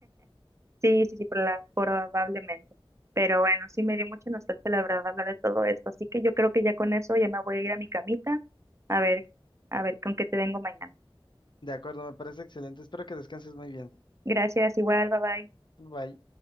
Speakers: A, on the right; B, on the left.
A: Sí, sí, sí, prola- probablemente. Pero bueno, sí me dio mucha nostalgia, la verdad, hablar de todo esto. Así que yo creo que ya con eso ya me voy a ir a mi camita. A ver, a ver con qué te vengo mañana.
B: De acuerdo, me parece excelente. Espero que descanses muy bien.
A: Gracias, igual, bye bye.
B: Bye.